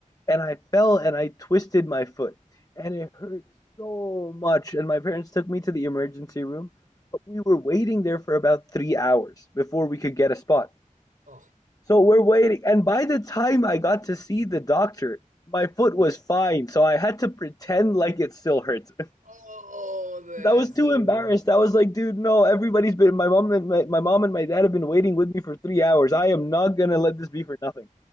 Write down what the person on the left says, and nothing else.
And I fell and I twisted my foot. And it hurt so much. And my parents took me to the emergency room. But we were waiting there for about three hours before we could get a spot.
So we're waiting. And by the time I got to see the doctor, my foot was fine. So I had to pretend like it still hurts. <laughs>
I was too
embarrassed.
I was like, dude, no, everybody's been my mom and my, my mom and my dad have been waiting with me for three hours. I am not gonna let this be for nothing.